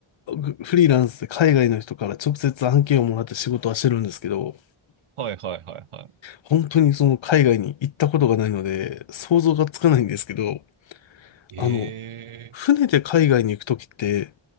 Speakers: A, on the left; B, on the right.
A: ぐフリーランスで海外の人から直接案件をもらって仕事はしてるんですけど、
B: はいはいは
A: 本当にその海外に行ったことがないので、想像がつかないんですけど、
B: い。
A: あの、船で海外に行くときって、
B: え